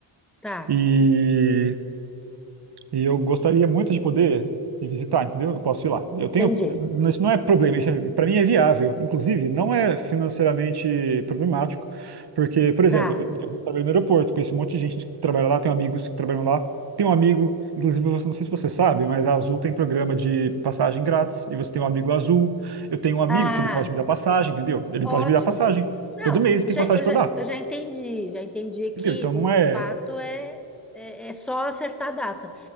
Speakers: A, in the centre; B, on the right.
A: tá,
B: E E eu gostaria muito de poder ir visitar, entendeu? Eu posso ir lá. Eu tenho,
A: entendi,
B: isso não é problema, isso para mim é viável. Inclusive, não é financeiramente problemático, porque, por exemplo,
A: tá.
B: eu, eu trabalho no aeroporto, conheço um monte de gente que trabalha lá, tenho amigos que trabalham lá. Tem um amigo, inclusive, você, não sei se você sabe, mas a Azul tem programa de passagem grátis, e você tem um amigo Azul. Eu tenho um amigo
A: Ah,
B: que ele pode me dar passagem, entendeu? Ele
A: ótimo.
B: pode me dar passagem.
A: Não,
B: Todo mês tem
A: eu já,
B: passagem
A: eu
B: para
A: já,
B: dar,
A: eu já entendi, já entendi que
B: entendeu? Então
A: o,
B: não é
A: o fato é, é, é só acertar a data.